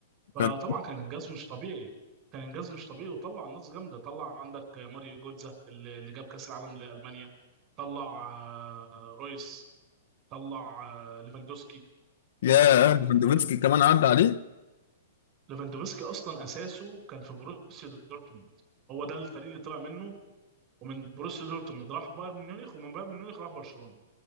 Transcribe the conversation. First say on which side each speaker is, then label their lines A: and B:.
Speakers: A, on the right; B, on the left.
A: فطبعا
B: كان
A: كان انجاز مش طبيعي كان انجاز مش طبيعي وطلع ناس جامده طلع عندك ماريو جوتزا اللي اللي جاب كاس العالم لالمانيا طلع آه، رويس طلع آه، ليفاندوسكي
B: يا
A: كان
B: ليفاندوفسكي
A: كان
B: كمان عدى عليه
A: ليفاندوفسكي اصلا اساسه كان في بروسيا دورتموند هو ده الفريق اللي طلع منه ومن بروسيا دورتموند راح بايرن ميونخ ومن بايرن ميونخ راح برشلونه